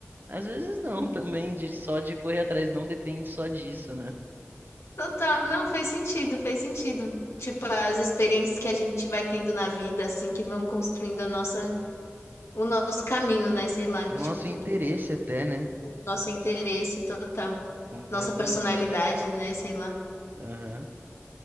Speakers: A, on the right; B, on the left.
A: às vezes não, também, de só de correr atrás, não depende só disso, né?
B: Total, não fez sentido, fez sentido. Tipo, as experiências que a gente vai tendo na vida, assim, que vão construindo a nossa, o nosso caminho, né? Sei lá,
A: O
B: tipo,
A: nosso interesse até, né?
B: nosso interesse total,
A: Completamente.
B: nossa personalidade, né? Sei lá.
A: Aham.